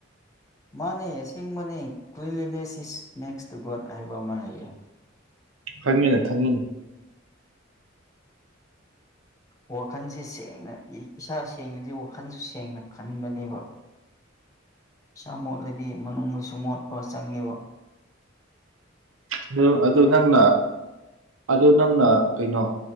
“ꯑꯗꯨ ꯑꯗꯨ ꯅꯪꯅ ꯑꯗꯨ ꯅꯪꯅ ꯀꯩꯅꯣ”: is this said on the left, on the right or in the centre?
Right